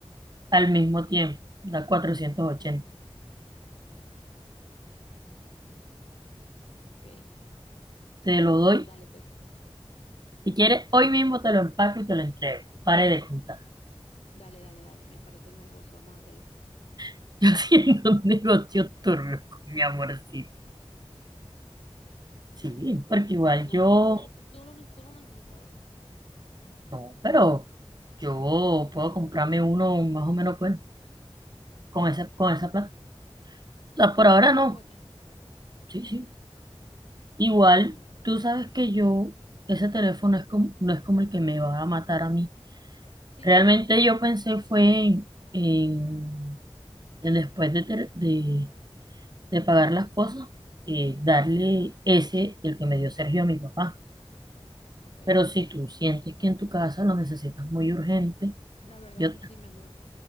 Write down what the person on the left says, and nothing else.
Mm, ok,
dale pues.
Dale, dale, dale, me parece el negocio, vamos a hacerlo.
No,
pero pues ahí tú, tú lo, ne- tú no lo necesitabas
con
los
480.
Mm, Bueno, no.
Sí,
obvio.
Ajá,
ok.
La verdad
es que sí, mi amor,